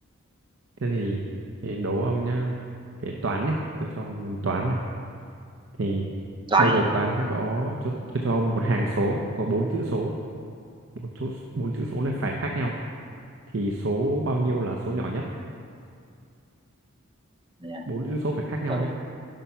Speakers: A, on the right; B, on the right.
A: thế thì, thì đố ông nhá cái toán này tôi cho ông muốn toán này thì
B: toán
A: bây giờ
B: à
A: toán sẽ có cho, tôi cho ông một hàng số có bốn chữ số bốn chỗ bốn chữ số này phải khác nhau thì số bao nhiêu là số nhỏ nhất
B: Nè,
A: bốn chữ số phải khác nhau
B: từ
A: nhé